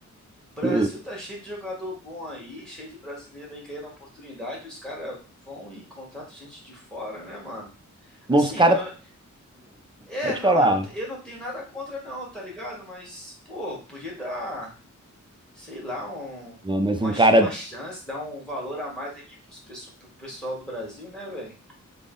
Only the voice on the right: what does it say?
é.
Mas
os caras.
pode
falar.
Ah, mas
um
cara.